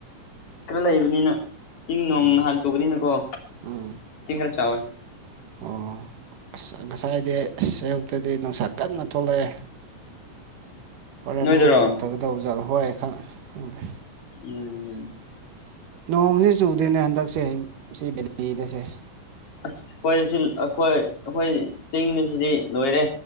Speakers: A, on the left; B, on the right.
A: ꯈꯔ ꯂꯩꯕꯅꯤꯅ꯫ ꯏꯤꯡ ꯅꯣꯡ
B: ꯎꯝ
A: ꯅꯍꯥꯟ ꯆꯨꯡꯕꯅꯤꯅꯀꯣ
B: ꯎꯝ
A: ꯏꯁꯤꯡ ꯈꯔ ꯆꯥꯎꯋꯦ꯫
B: ꯑꯣ ꯑꯁ ꯉꯁꯥꯏꯗꯤ ꯑꯁ ꯑꯌꯨꯛꯇꯗꯤ ꯅꯨꯡꯁꯥ ꯀꯟꯅ ꯊꯣꯛꯂꯛꯑꯦ꯫ ꯍꯣꯔꯦꯟ
A: ꯅꯣꯏꯗꯔꯣ
B: ꯑꯃꯨꯛ ꯆꯨꯊꯒꯗꯧꯕ ꯖꯥꯠꯂꯥ ꯍꯣꯏ ꯈꯪꯗꯦ꯫
A: <unintelligible>
B: ꯅꯣꯡꯁꯤ ꯆꯨꯗꯦꯅꯦ ꯍꯟꯗꯛꯁꯦ ꯁꯤ ꯕꯦꯂꯤꯗꯁꯦ꯫
A: ꯑꯁ ꯑꯈꯣꯏ ꯑꯈꯣꯏ ꯑꯈꯣꯏ ꯆꯤꯡꯁꯤꯗꯤ ꯂꯣꯏꯔꯦ꯫